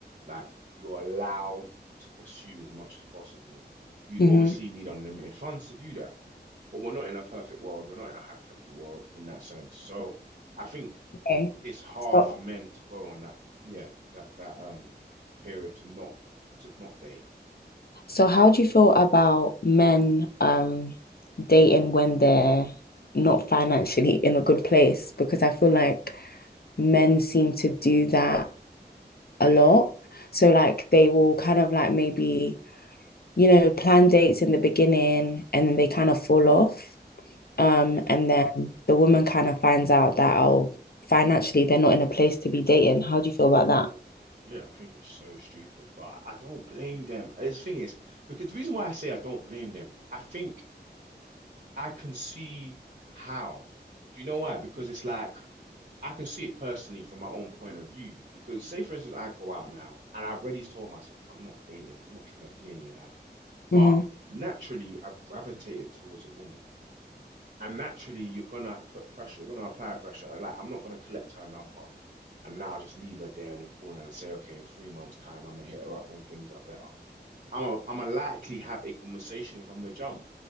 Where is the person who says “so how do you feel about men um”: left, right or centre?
Left